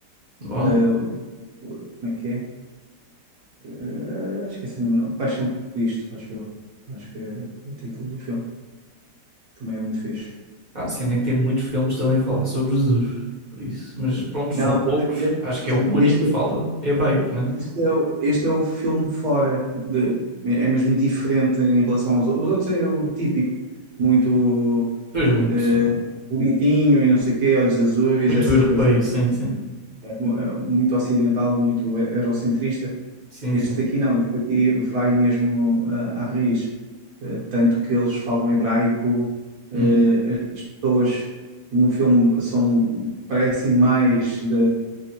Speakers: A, on the right; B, on the right.
A: bom.
B: Ah, o- o- como é que é? Ah, esqueci-me o nome. Paixão de Cristo, acho eu. Acho que é o título do filme. Também é muito fixe.
A: Ah, a cena é que tem muitos filmes também a falar sobre Jesus. Por isso. Mas pronto,
B: Não,
A: são
B: mas
A: poucos.
B: este,
A: Acho que é o único
B: este,
A: que fala hebraico, né?
B: este é o, este é o filme fora de. É mesmo diferente em relação aos outros. Os outros é o típico, muito
A: Pois muito,
B: eh, bonitinho e não sei o quê, olhos azuis,
A: muito
B: essas
A: europeu,
B: coisas.
A: sim, sim.
B: eh, mu- eh, Muito ocidental, muito eurocentrista.
A: Sim,
B: Este
A: sim.
B: aqui não, este aqui vai mesmo eh, à raiz. Eh, tanto que eles falam hebraico, eh,
A: Hum.
B: as pessoas no filme são, parecem mais de,